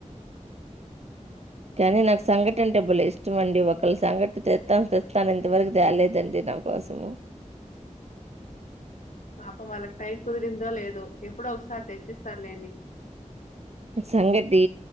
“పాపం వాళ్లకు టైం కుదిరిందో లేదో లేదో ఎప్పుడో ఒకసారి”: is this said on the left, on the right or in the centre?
Left